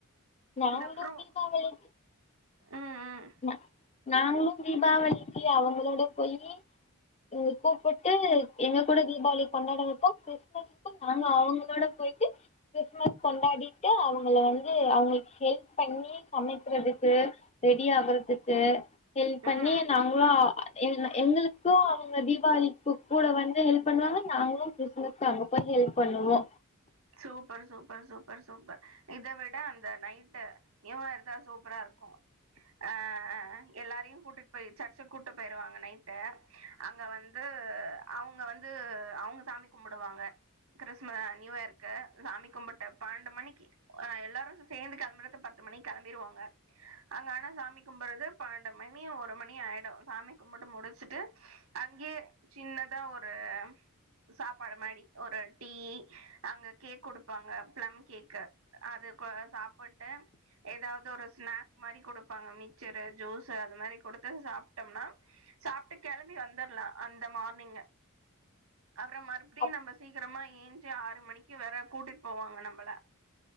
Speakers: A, on the left (about 30°); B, on the right (about 75°).
A: நாங்களு
B: இந்த ஃப்ரூ
A: தீபாவளி
B: ம்
A: நா நாங்களு தீபாவளிக்கு அவுங்களோட போயீ ம் கூப்புட்டு எங்க கூட தீபாவளி கொண்டாட வெப்போ கிறிஸ்மஸுக்கு நாங்க அவுங்களோட போயிட்டு கிறிஸ்மஸ் கொண்டாடிட்டு அவுங்கள வந்து அவுங்களுக்கு ஹெல்ப் பண்ணி சமைக்கிறதுக்கு ரெடியாகுறதுக்கு ஹெல்ப் பண்ணி
B: ம் ம்
A: நா ங்களா எங் எங்களுக்கு அவுங்க தீபாவளிக் கூ கூட வந்து ஹெல்ப் பண்ணுவாங்க நாங்களு கிறிஸ்மஸ் அங்க போய் ஹெல்ப் பண்ணுவோ
B: சூப்பர் சூப்பர் சூப்பர் சூப்பர் இத விட அந்த நைட்டு நியூ இயர் தா சூப்பரா இருக்கு ஆ அ எல்லாரையு கூட்டிட்டு போய் சர்ச்சுக்கு கூட்டு போயிருவாங்க நைட்டு அங்க வந்து அவுங்க வந்து அவுங்க சாமி கும்முடுவாங்க கிறிஸ்ம நியூயர்க்கு சாமி கும்புட்ட பணன்டு மணிக்கு அ எல்லாரு சேர்ந்து கெளம்புறதுக்கு பத்து மணிக் கெளம்பிருவாங்க அங்க ஆனா சாமி கும்புறது பண்ணண்டு மணி ஒரு மணி ஆய்டு சாமி கும்புட்டு முடிச்சுட்டு அங்யே சின்னதா ஒரு சாப்பாடு மாரி ஒரு டீ அங்க கேக் குடுப்பாங்க ப்ளம் கேக்கு அது கொ சாப்புட்டு எதாவ்து ஒரு ஸ்நாக் மாரி குடுப்பாங்க மிச்சரு ஜூஸு இந்த மாரி குடுத்து சாப்ட்டம்னா சாப்ட்டு கெளம்பி வந்துர்லா அந்த மார்னிங்கு அப்றம் மறுப்டியு
A: அப்
B: நம்ம சீக்கிரமா ஏஞ் ச்சு ஆறு மணிக்கு வேற கூட்டிட் போவாங்க நம்பள